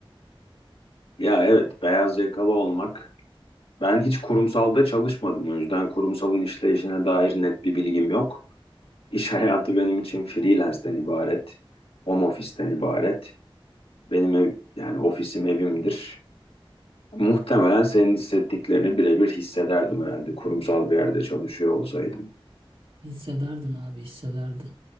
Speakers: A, on the left; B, on the right.
A: Ya evet beyaz yakalı olmak. Ben hiç kurumsalda çalışmadım o yüzden kurumsalın işleyişine dair net bir bilgim yok. İş hayatı benim için freelance'den ibaret, home office'ten ibaret. Benim ev, yani ofisim evimdir. Muhtemelen senin hissettiklerini birebir hissederdim herhalde kurumsal bir yerde çalışıyor olsaydım.
B: Hissederdin abi, hissederdin.